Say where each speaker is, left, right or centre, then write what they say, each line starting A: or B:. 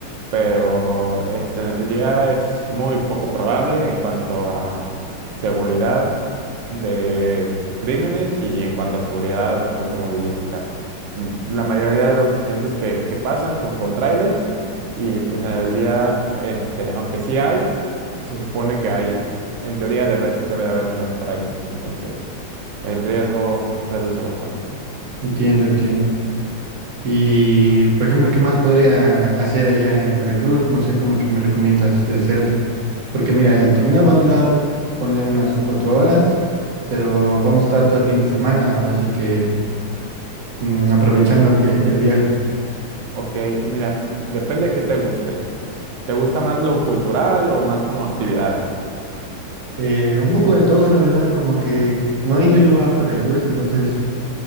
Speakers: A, on the right; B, on the right.
A: pero este, el día es muy poco probable en cuanto a seguridad de crímenes y en cuanto a seguridad automovilística. Mm, La mayoría de los accidentes que, que pasan son con trailers y pues en el día, este, aunque sí hay, se supone que hay, en teoría debe, debe de haber menos trailers. Entonces el riesgo reduce bastante.
B: Entiendo, entiendo. Y por ejemplo, ¿qué más podría hacer allá en Veracruz? No sé cómo que me recomiendas de hacer. Porque mira, el torneo va a durar, ponle unas cuatro horas, pero vamos a estar todo el fin de semana. Ahora sí que. mm, aprovechando que el viaje.
A: Ok, mira, depende de qué te guste. ¿Te gusta más lo cultural o más como actividades?
B: Eh, un poco de todo, la verdad, como que no he ido yo a Veracruz, entonces